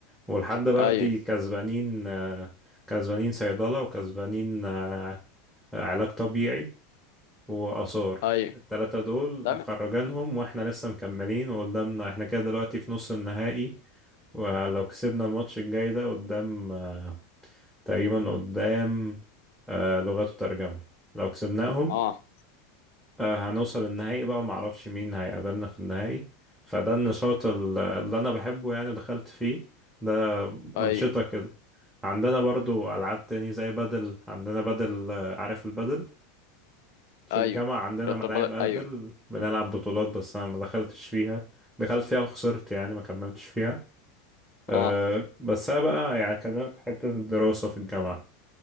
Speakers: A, in the centre; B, on the left.
A: ولحد دلوقتي
B: ايوه
A: كسبانين آه، كسبانين صيدله وكسبانين آه، علاج طبيعي واثار
B: ايوه
A: التلاتة دول
B: تمام
A: مخرجانهم واحنا لسه مكملين وقدامنا احنا كده دلوقتي في نص النهائي ولو كسبنا الماتش الجاي ده قدام آه، تقريبا قدام آه، لغات وترجمة لو كسبناهم
B: اه
A: آه، هنوصل النهائي بقى معرفش مين هيقابلنا في النهائي فده النشاط ال- اللي انا بحبه يعني دخلت فيه ده انشطة
B: ايوه
A: كده عندنا برضو العاب تاني زي بدل عندنا بدل آه، عارف البدل في
B: ايوه
A: الجامعة عندنا
B: رياضة
A: ملاعب
B: البدن
A: بدل
B: ايوه
A: بنلعب بطولات بس انا ما دخلتش فيها دخلت فيها وخسرت يعني ما كملتش فيها أه
B: اه
A: بس انا بقى يعني اكلمك في حتة الدراسة في الجامعة